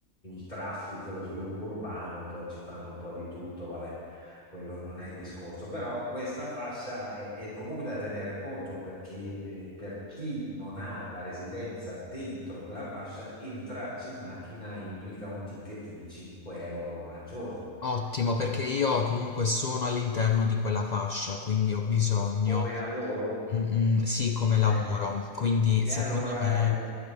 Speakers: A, on the left (about 30°); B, on the left (about 65°).
A: traffico e lo sviluppo urbano, poi ci fanno un po' di tutto, vabbè quello non è il discorso, però questa fascia è, è comunque da tenere conto perché eh, per chi non ha la residenza dentro quella fascia, entrarci in macchina implica un ticket di 5 euro al giorno.
B: Ottimo,
A: E
B: perché io comunque sono all'interno di quella fascia, quindi ho bisogno
A: come lavoro?
B: mm, mm, sì, come
A: Eh,
B: lavoro, quindi
A: e
B: secondo
A: allora
B: me...
A: è